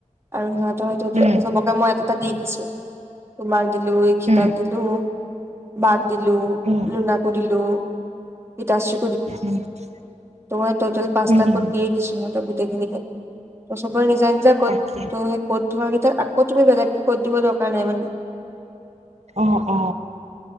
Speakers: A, on the right; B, on the right.
A: আৰু সিহঁতৰ সেইটো ত
B: উম
A: চবক ক মই এটা এটা দি দিছো, তোমাক দিলো এইখিতাক
B: উম
A: দিলো বাক দিলো,
B: উম
A: লোনাকো দিলো, গীতাশ্ৰী
B: <unintelligible>
A: ত' মই টটেল পাঁচটা
B: উম হম
A: ক'ত দিয়েই দিছো সিহঁতক গোটেইখিনিকে, ত চবৰে নিজা নিজা ক'ত
B: তাকে
A: তই কত থকা কেইতা আকৌ তুমি বেলেগকে কত দিব দৰকাৰ নাই মানে।
B: অ অ